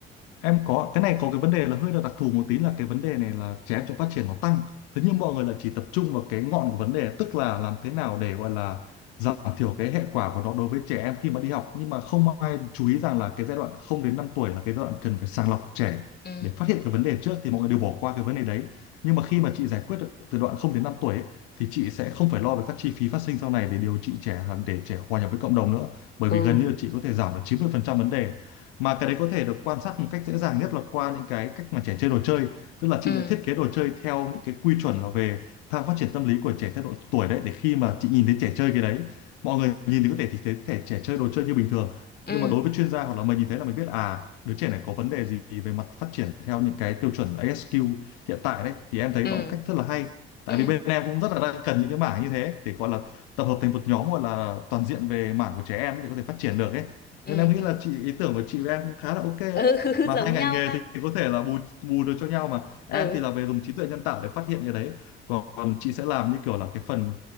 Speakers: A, on the left; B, on the left.
A: Em có cái này có cái vấn đề là hơi là đặc thù một tí là cái vấn đề này là trẻ em trong phát triển nó tăng. Thế nhưng mọi người là chỉ tập trung vào cái ngọn của vấn đề tức là làm thế nào để gọi là giảm thiểu cái hệ quả của nó đối với trẻ em khi mà đi học nhưng mà không ai chú ý rằng là cái giai đoạn không đến 5 tuổi là cái giai đoạn cần phải sàng lọc trẻ
B: Ừ.
A: để phát hiện cái vấn đề trước thì mọi người đều bỏ qua cái vấn đề đấy. Nhưng mà khi mà chị giải quyết được từ đoạn không đến 5 tuổi ấy, thì chị sẽ không phải lo về các chi phí phát sinh sau này để điều trị trẻ để trẻ hòa nhập với cộng đồng nữa bởi
B: Ừ.
A: vì gần như là chị có thể giảm được 90% vấn đề mà cái đấy có thể được quan sát một cách dễ dàng nhất là qua những cái cách mà trẻ chơi đồ chơi tức là chị
B: Ừ.
A: sẽ thiết kế đồ chơi theo những cái quy chuẩn là về tham phát triển tâm lý của trẻ theo độ tuổi đấy để khi mà chị nhìn thấy trẻ chơi cái đấy mọi người nhìn thì có thể thì thấy trẻ trẻ chơi đồ chơi như bình thường
B: Ừ.
A: nhưng mà đối với chuyên gia hoặc là mình nhìn thấy là mình biết à đứa trẻ này có vấn đề gì về mặt phát triển theo những cái tiêu chuẩn ASQ hiện tại đấy thì em thấy
B: Ừ.
A: đó là một cách rất là hay tại
B: Ừ.
A: vì bên em cũng rất là đang cần những cái mảng như thế để gọi là tập hợp thành một nhóm gọi là toàn diện về mảng của trẻ em ấy để có thể phát triển được ấy
B: Ừ.
A: nên em nghĩ
B: Ừ.
A: là chị ý tưởng của chị với em cũng khá là ok đấy
B: <laughs> Ừ.
A: mà
B: Giống
A: hai
B: nhau
A: ngành nghề
B: ha.
A: thì thì có thể là bù bù được cho nhau mà
B: Ừ.
A: em thì là về dùng trí tuệ nhân tạo để phát hiện cái đấy còn, còn chị sẽ làm như kiểu là cái phần